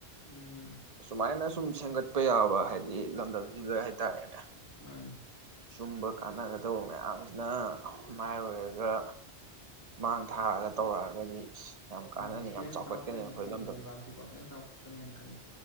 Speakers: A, on the left; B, on the right.
A: ꯎꯝ
B: ꯁꯨꯃꯥꯏꯅ ꯁꯨꯝ ꯁꯦꯝꯒꯠꯄ ꯌꯥꯕ ꯍꯥꯏꯗꯤ ꯂꯝꯗꯝꯁꯤꯗ ꯍꯥꯏꯇꯥꯔꯦꯅꯦ
A: ꯃꯥꯅꯤ
B: ꯁꯨꯝꯕ ꯀꯥꯟꯅꯒꯗꯧꯕ ꯃꯌꯥꯝꯁꯤꯅ ꯃꯥꯏ ꯑꯣꯏꯔꯒ ꯃꯥꯡ ꯊꯥꯛꯑꯒ ꯇꯧꯔꯛꯑꯒꯗꯤ ꯑꯁ ꯌꯥꯝ
A: ꯎꯝ
B: ꯀꯥꯟꯅꯅꯤ
A: ꯈꯤꯇꯪ
B: ꯌꯥꯝ
A: ꯆꯥꯎꯈꯠꯀꯅꯤ
B: ꯑꯩꯈꯣꯏ
A: ꯑꯩꯈꯣꯏꯒꯤ
B: ꯂꯝꯗꯝꯁꯦ
A: ꯂꯩꯕꯥꯛꯁꯤꯀꯣ ꯈꯤꯇꯪ ꯆꯥꯎꯈꯠꯀꯅꯤ ꯍꯥꯏꯅ ꯈꯜꯂꯤ